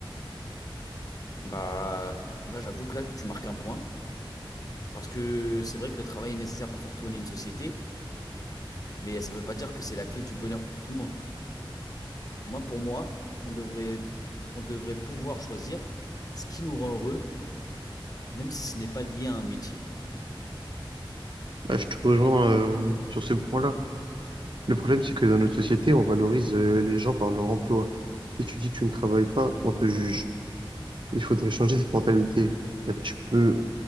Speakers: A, on the left (about 40°); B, on the right (about 60°).
A: Bah, là, j'avoue que là, tu marques un point. Parce que c'est vrai que le travail est nécessaire pour faire tourner une société, mais ça ne veut pas dire que c'est la clé du bonheur pour tout le monde. Moi, pour moi, on devrait, on devrait pouvoir choisir ce qui nous rend heureux même si ce n'est pas lié à un métier.
B: Bah, je te rejoins, euh, sur ce point-là. Le problème, c'est que dans notre société, on valorise, euh, les gens par leur emploi. Si tu dis que tu ne travailles pas, on te juge. Il faudrait changer cette mentalité. C'est-à-dire, Tu peux,